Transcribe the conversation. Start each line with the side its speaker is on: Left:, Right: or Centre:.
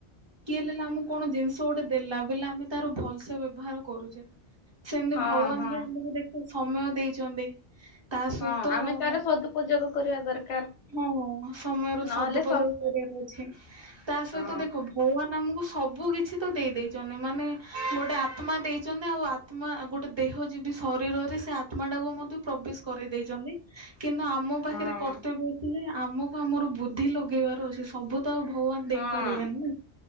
Right: କିଏ ହେଲେ ଆମ କଣ ଜିନିଷ ଗୋଟେ ଦେଲା ବୋଲେ ଆମେ ତାର ଭଲସେ ବ୍ୟବହାର କରୁଛେ ସେମିତି
Left: ହଁ
Right: ଭଗବାନ
Left: ହଁ।
Right: ବି ଆମକୁ ଦେଖ ସମୟ ଦେଇଛନ୍ତି। ତା ସହିତ
Left: ହଁ ଆମେ ତାର ସଦୁପଯୋଗ କରିବା ଦରକାର।
Right: ହଁ ସମୟର
Left: ନହେଲେ
Right: ସଦୁପଯୋଗ
Left: ସବୁ
Right: କରିବାର ଅଛି ତା ସହିତ
Left: ହଁ
Right: ଦେଖ ଭଗବାନ ଆମକୁ ସବୁ କିଛି ତ ଦେଇ ଦେଇେଇଛନ୍ତି ମାନେ ଗୋଟେ ଆତ୍ମା ଦେଇଛନ୍ତି ଆଉ ଆତ୍ମା ଗୋଟେ ଦେହ ଯିବ ଶରୀରରେ ସେ ଆତ୍ମା ଟାକୁ ମଧ୍ୟ ପ୍ରବେଶ କରି ଦେରେଇଛନ୍ତି କିନ୍ତୁ ଆମ ପାଖରେ
Left: ହଁ
Right: କର୍ତ୍ତବ୍ୟ ଆମକୁ ଆମର ବୁଦ୍ଧି ଲଗେଇବାର ଅଛି ସବୁ ତ ଆଉ ଭଗବାନ ଦେଇପାରିବେନି
Left: ହଁ
Right: ନା।